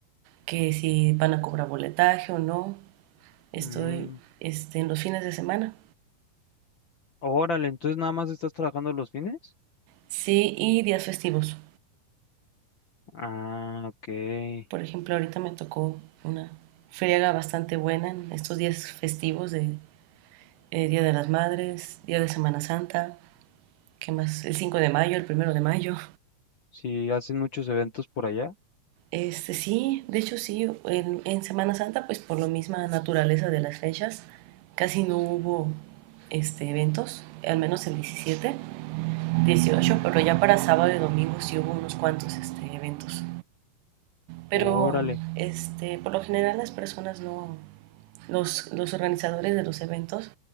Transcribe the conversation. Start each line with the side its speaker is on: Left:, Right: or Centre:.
Right: que si van a cobrar boletaje o no. Estoy
Left: Mm,
Right: este, en los fines de semana.
Left: órale, entonces nada más estás trabajando los fines.
Right: Sí, y días festivos.
Left: Ah, ok.
Right: Por ejemplo, ahorita me tocó una friega bastante buena en estos días festivos de eh, Día de las Madres, Día de Semana Santa, ¿qué más? El 5 de mayo, el primero de mayo.
Left: Sí, hacen muchos eventos por allá.
Right: Este sí, de hecho sí, en, en Semana Santa, pues por la misma naturaleza de las fechas, casi no hubo este, eventos, al menos el 17 dieciocho
Left: Ujú.
Right: pero ya para sábado y domingo sí hubo unos cuantos este, eventos. Pero
Left: Órale.
Right: este, por lo general las personas no, los, los organizadores de los eventos